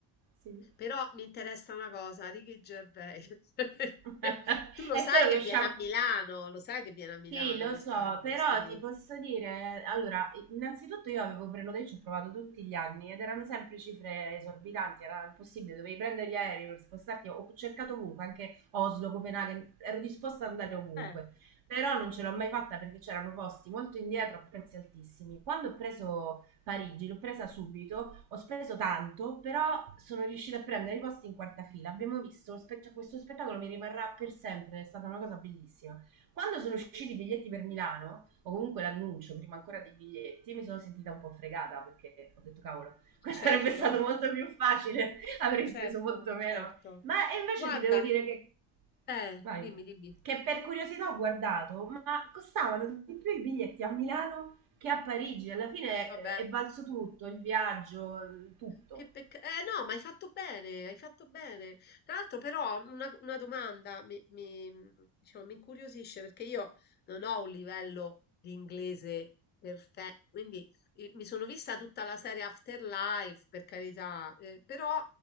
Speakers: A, on the right; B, on the left.
A: Sì.
B: però mi interessa una cosa, Ricky Gervais. <laughs>
A: <laughs>
B: Tu lo
A: È
B: sai
A: solo
B: che
A: che usciamo...
B: viene a Milano, lo sai che viene a Milano
A: Sì, lo
B: quest'anno,
A: so, però
B: sì.
A: ti posso dire, allora, innanzitutto io avevo prenotato, io ci ho provato tutti gli anni ed erano sempre cifre esorbitanti, era impossibile, dovevi prendere gli aerei per spostarti, ho cercato ovunque, anche Oslo, Copenaghen, ero disposta ad andare ovunque,
B: Eh,
A: però non ce l'ho mai fatta perché c'erano posti molto indietro a prezzi altissimi. Quando ho preso Parigi, l'ho presa subito, ho speso tanto, però sono riuscita a prendere i posti in quarta fila, abbiamo visto, lo spe- cioè, questo spettacolo mi rimarrà per sempre, è stata una cosa bellissima. Quando sono usciti i biglietti per Milano, o comunque l'annuncio prima ancora dei biglietti, mi sono sentita un po' fregata perché ho detto cavolo, <laughs> questo
B: certo,
A: sarebbe stato molto più facile, avrei
B: certo,
A: speso molto meno.
B: certo.
A: Ma e invece
B: Guarda,
A: ti devo dire che...
B: eh,
A: Vai.
B: dimmi, dimmi,
A: Che per curiosità ho guardato, ma costavano di più i biglietti a Milano che a Parigi. Alla fine
B: vabbè.
A: è, è valso tutto, il viaggio, tutto.
B: Che peccato. Eh no, ma hai fatto bene, hai fatto bene. Tra l'altro però una, una domanda mi, mi, mm, diciamo, mi incuriosisce perché io non ho un livello di inglese perfetto, quindi eh, mi sono vista tutta la serie Afterlife, per carità, eh, però